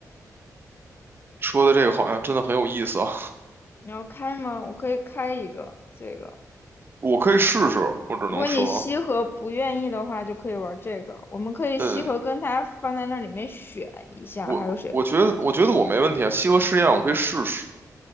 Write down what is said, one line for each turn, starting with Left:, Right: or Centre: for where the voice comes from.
Right: 说的这个好像真的很有意思啊，
Left: 你要开吗？我可以开一个这个。
Right: 我可以试试，我只能说，
Left: 如果你西河不愿意的话，就可以玩这个。我们可以西河跟他放在那里面选一下，
Right: 呃，我我觉得我觉得我没问题啊，
Left: 还有谁？
Right: 西河试验我可以试试，